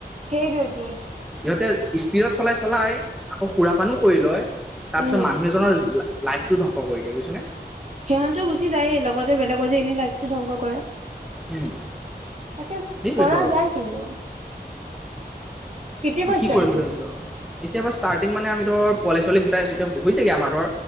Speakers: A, on the right; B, in the centre.
A: সেইটোৱেই
B: সিহঁতে স্পীডত চলাই চলাই আকৌ অ সুৰাপানো কৰি লয় তাৰ
A: উম
B: পিছত মানুহ এজনৰ লাইফ। লাইফটো ধ্বংস কৰি দিয়ে বুজিছনে।
A: সিহঁতেও গুচি যায়েই, লগতে বেলেগৰ যে এনেই লাইফটো ধ্বংস কৰে।
B: উম,
A: তাকে
B: সেইটোৱেতো
A: কৰা
B: আৰু
A: যায় কিন্তু। কেতিয়াবা
B: ত কি
A: ষ্টাৰ্ট
B: কৰিম বুলি
A: হ'ব
B: ভাবিছ এতিয়াৰ ষ্টাৰ্টিং মানে আমি ধৰ পোৱালি ছোৱালী গোটাই আছোঁ এতিয়া হৈছেগৈ আমাৰ ধৰ।